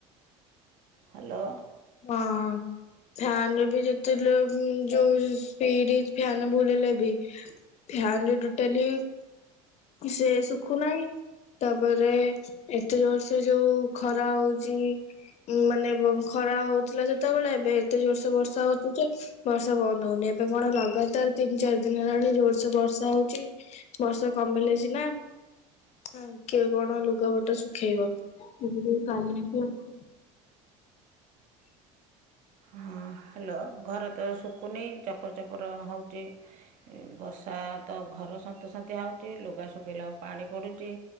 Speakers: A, on the right; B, on the left.
A: ହ୍ୟାଲୋ।
B: ହଁ। ଫ୍ୟାନ ରେ ବି ଯେତେ ଲେ ଯୋଉ ସ୍ପିଡ ଫ୍ୟାନ ବୁଲିଲେ ବି ଫ୍ୟାନରେ ଟୋଟାଲି, ସେ ଶୁଖୁ ନାଇଁ। ତାପରେ ଏତେ ଜୋର୍ଷେ ଯୋଉ ଖରା ହଉଛି ମାନେ ଖରା ହଉଥିଲା ସେତେବେଳେ, ଏବେ ଏତେ ଜୋରଷେ ବର୍ଷା ହଉଛି ଯେ ବର୍ଷା ବନ୍ଦ ହଉନି, ଏବେ କଣ ଲଗାତାର ତିନି, ଚାରି ଦିନ ହେଲାଣି ଜୋରସେ ବର୍ଷା ହଉଛି। ବର୍ଷା କମିଲେ ସିନା। ହ କିଏ କଣ ଲୁଗାପଟା ଶୁଖେଇବ। <unintelligible>
A: ହଁ ହ୍ୟାଲୋ। ଘରେ ତ ଶୁଖନି ଚପର ଚପର ହଉଛି। ବର୍ଷା ତ ଘର ସନ୍ତସନ୍ତିଆ ହଉଛି, ଲୁଗା ଶୁଖେଇଲା ବେଳକୁ ପାଣି ପଡୁଛି।